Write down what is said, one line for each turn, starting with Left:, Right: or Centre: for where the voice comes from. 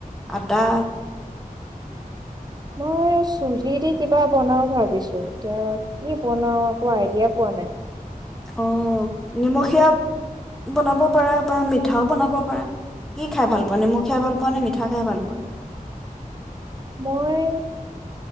Centre: আটা
Right: মই চুজি দি কিবা বনাওঁ ভাবিছো এতিয়া কি বনাওঁ একো আইডিয়া পোৱা নাই
Centre: অ', নিমখীয়া বনাব পাৰা বা মিঠাও বনাব পাৰা। কি খাই ভাল পোৱা নিমখীয়া ভাল পোৱা নে মিঠা খাই ভাল পোৱা?
Right: মই